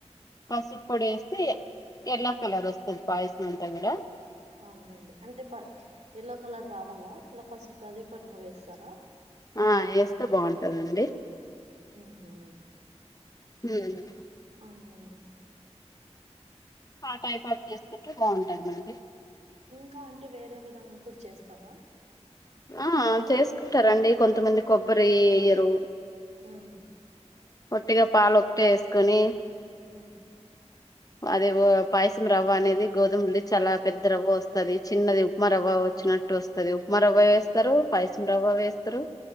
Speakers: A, on the left; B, on the right.
A: పసుప్పొడేస్తే ఇగ ఎల్లో కలరొస్తది పాయ్మసంతా గుడా.
B: ఔన్లేండి అంటె పల్ యల్లో కలర్ రావాల్లా అట్ల పసుప్ అదే పనిగా వేస్తారా.
A: ఆ ఏస్తె బాగుంటదండి.
B: ఉహు
A: ఉమ్
B: ఔన్లేండి.
A: ఆ టైపాఫ్ చేస్కుంటె బాగుంటదండి.
B: ఇంకా అంటె వేరే విధంగ కూడ్ చేస్తార.
A: ఆ చేస్కుంటరండి కొంతమంది కొబ్బరీ ఎయ్యరు.
B: ఉమ్.
A: ఒట్టిగా పాలొక్టే యేస్కొని.
B: ఉమ్.
A: అదే వో పాయ్సం రవ్వ అనేది గోధుమల్ది చాలా పెద్ద రవ్వ వస్తది చిన్నది ఉప్మా రవ్వ వచ్చినట్ టు వస్తది ఉప్మా రవ్వ యేస్తరు పాయ్సం రవ్వ వేస్తరు.